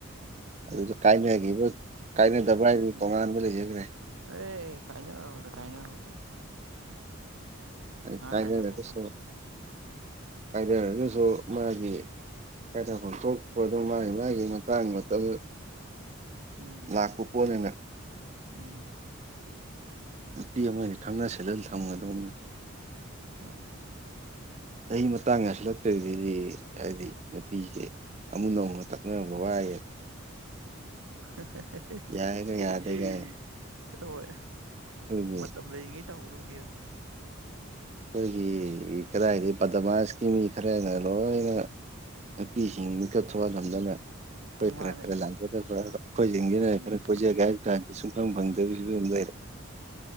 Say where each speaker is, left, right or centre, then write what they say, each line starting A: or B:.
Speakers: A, on the right; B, on the right.
A: ꯑꯗꯨꯗ ꯀꯥꯏꯅꯈꯤꯕ ꯀꯥꯏꯅꯗꯕꯔ ꯍꯥꯏꯗꯨ
B: ꯎꯝ
A: ꯇꯣꯉꯥꯟꯕ ꯂꯩꯖꯈ꯭ꯔꯦ
B: ꯑꯦ ꯀꯥꯏꯅꯔ‌ꯣꯏꯗ ꯀꯥꯏꯅꯔ‌ꯣꯏꯗ
A: ꯑ ꯀꯥꯏꯅꯒꯁꯨ
B: ꯀꯥꯏꯅꯊꯣꯛꯈ꯭ꯔꯕ
A: ꯀꯥꯏꯅꯔꯒꯁꯨ ꯃꯥꯒꯤ ꯀꯥꯏꯗꯐꯝ ꯊꯣꯛꯄꯗꯣ ꯃꯥꯒꯤ ꯃꯥꯒꯤ ꯃꯇꯥꯡ ꯃꯇꯝ
B: ꯎꯝ
A: ꯂꯥꯛꯄ ꯄꯣꯠꯅꯤꯅ
B: ꯎꯝ
A: ꯅꯨꯄꯤ ꯑꯃ ꯈꯪꯅ ꯁꯤꯜꯂ ꯊꯝꯒꯗꯧꯕꯅꯤ
B: ꯍꯣꯏ
A: ꯆꯍꯤ ꯃꯇꯥꯡ ꯌꯥꯁꯤꯜꯂꯛꯇꯔꯗꯗꯤ ꯍꯥꯏꯗꯤ ꯅꯨꯄꯤꯁꯦ ꯑꯃꯨꯛ ꯅꯧꯅ ꯇꯛꯅꯕ ꯋꯥꯏꯌꯦ
B: <unintelligible>
A: ꯌꯥꯏꯒ ꯌꯥꯗꯦꯒ
B: ꯍꯣꯏ
A: ꯑꯩꯈꯣꯏꯒꯤ
B: ꯃꯇꯝ ꯂꯩꯔꯤꯉꯩ ꯇꯧꯍꯧꯗꯧꯅꯤꯗ
A: ꯑꯩꯈꯣꯏꯒꯤ ꯀꯗꯥꯏꯗꯩ ꯄꯗꯃꯥꯁꯀꯤ ꯃꯤ ꯈꯔꯅ ꯂꯣꯏꯅ ꯅꯨꯄꯤꯁꯤꯡ ꯃꯤꯀꯠ ꯊꯣꯛꯍꯜꯂꯝꯗꯅ ꯑꯩꯈ‌ꯣꯏ
B: ꯃꯥꯅꯦ
A: ꯈꯔ ꯈꯔ ꯂꯥꯟꯖꯗꯕ ꯑꯩꯈ‌ꯣꯏ ꯖꯤꯡꯁꯤꯅ
B: ꯎꯝ
A: ꯈꯔ ꯀꯣꯏꯖꯥꯒ‌ꯦ ꯍꯥꯏ ꯀꯗꯤ ꯁꯨꯡꯐꯝ ꯐꯪꯗꯕꯩ ꯐꯤꯕꯝꯗ